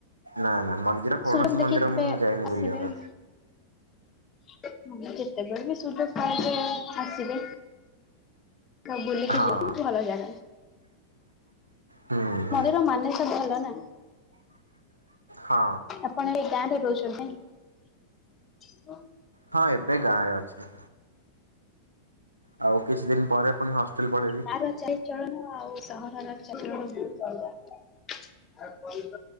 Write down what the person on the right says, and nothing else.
ନା ନା ମନ୍ଦିର କୌଣସି
ମନ୍ଦିର
ମୁଁ ଯାଇନି
ବୁଲିବା ପାଇଁ।
ହଁ
ହୁଁ
ହଁ
ହଁ ଏବେ ଗାଁରେ ଅଛି। ଆଉ କିଛି ଦିନ ପରେ ପୁଣି ହଷ୍ଟେଲ ପଳେଇବି